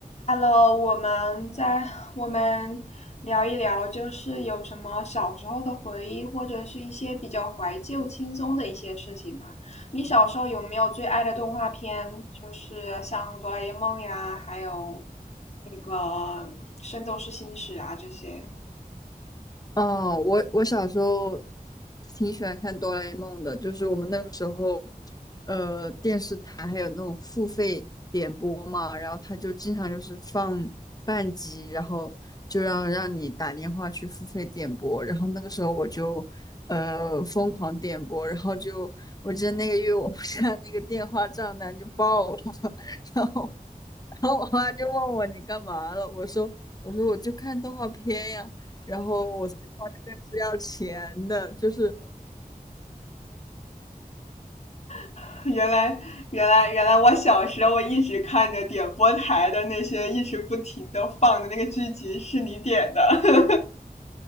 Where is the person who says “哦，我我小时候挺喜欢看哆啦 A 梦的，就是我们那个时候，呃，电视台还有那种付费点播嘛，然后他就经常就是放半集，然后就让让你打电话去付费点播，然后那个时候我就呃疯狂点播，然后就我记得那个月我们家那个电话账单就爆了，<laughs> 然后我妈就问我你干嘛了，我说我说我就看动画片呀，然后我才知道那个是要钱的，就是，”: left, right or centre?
Left